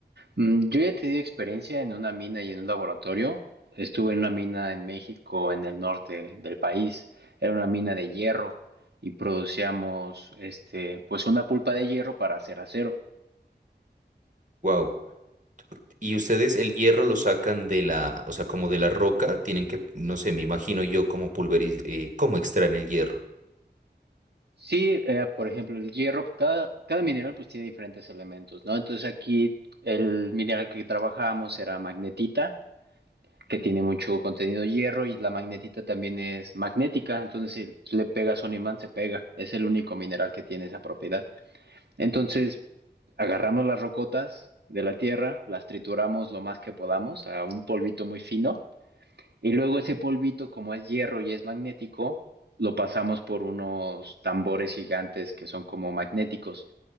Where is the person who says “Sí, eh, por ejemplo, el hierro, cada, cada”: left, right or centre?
Right